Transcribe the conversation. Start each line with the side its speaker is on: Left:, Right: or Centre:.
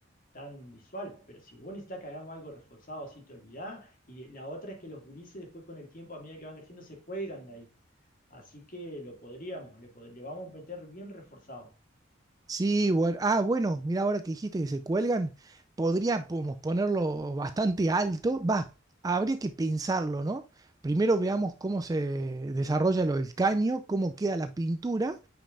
Left: tan visual. Pero si vos necesitas que hagamos algo reforzado, así te olvidás. Y la otra es que los gurises después con el tiempo, a medida que van creciendo, se cuelgan de ahí. Así que lo podríamos, le, pod- le vamos a meter bien reforzado.
Right: Sí, bueno. Ah, bueno, mira, ahora que dijiste que se cuelgan, podríamos ponerlo bastante alto. Va, habría que pensarlo, ¿no? Primero veamos cómo se desarrolla lo del caño, cómo queda la pintura,